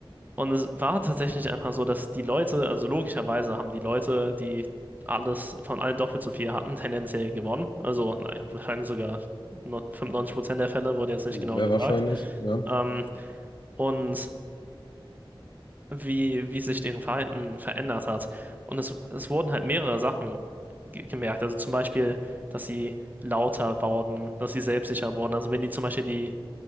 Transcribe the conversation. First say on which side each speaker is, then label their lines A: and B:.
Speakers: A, on the right (about 20°); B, on the left (about 50°).
A: Und es war tatsächlich einfach so, dass die Leute, also logischerweise haben die Leute, die alles von allen doppelt so viel hatten, tendenziell gewonnen. Also naja, wahrscheinlich sogar no- 95% der Fälle, wurde jetzt nicht
B: Sehr
A: genau gesagt.
B: wahrscheinlich. Ja.
A: Ähm, und wie, wie sich deren Verhalten verändert hat. Und es, es wurden halt mehrere Sachen ge- gemerkt. Also zum Beispiel, dass sie lauter wurden, dass sie selbstsicher wurden. Also wenn die zum Beispiel die,